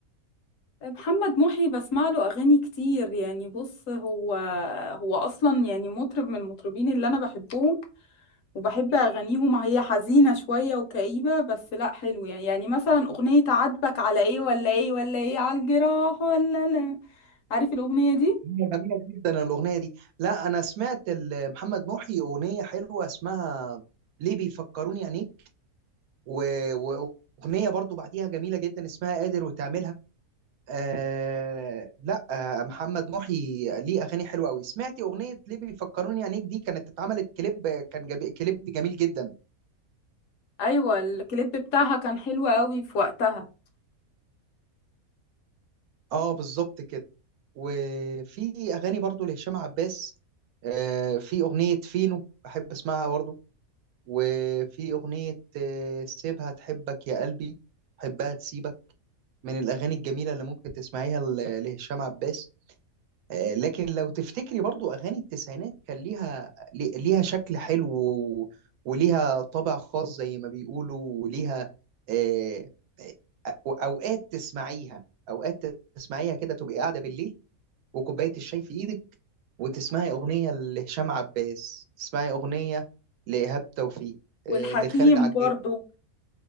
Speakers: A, on the left; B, on the right.
A: محمد محي بسمع له اغاني كتير يعني بص هو هو اصلا يعني مطرب من المطربين اللي انا بحبهم وبحب اغانيهم هي حزينه شويه وكئيبه بس لا حلوه يعني يعني مثلا اغنيه عاتبك على ايه ولا ايه ولا ايه على الجراح ولا لا عارف الاغنيه دي
B: هي جميلة جدا الأغنية دي لا أنا سمعت ال- محمد محي أغنية حلوة اسمها ليه بيفكروني يعني و- و- واغنيه برضو بعديها جميله جدا اسمها قادر وتعملها آه لا آه محمد محي ليه اغاني حلوه قوي سمعتي اغنيه ليه بيفكروني عينيك دي كانت اتعملت كليب كان جبي كليب جميل جدا
A: ايوه الكليب بتاعها كان حلو قوي في وقتها
B: اه بالظبط كده وفي اغاني برضو لهشام عباس آه في اغنيه فينو بحب اسمعها برضو وفي اغنيه آه سيبها تحبك يا قلبي حبها تسيبك من الاغاني الجميله اللي ممكن تسمعيها ل- لهشام عباس آه، لكن لو تفتكري برضو اغاني التسعينات كان ليها لي- ليها شكل حلو و- وليها طابع خاص زي ما بيقولوا وليها آه، أو- اوقات تسمعيها اوقات تسمعيها كده تبقي قاعده بالليل وكوبايه الشاي في ايدك وتسمعي اغنيه لهشام عباس تسمعي اغنيه لايهاب توفيق
A: والحكيم
B: آه، لخالد عجاج
A: برضو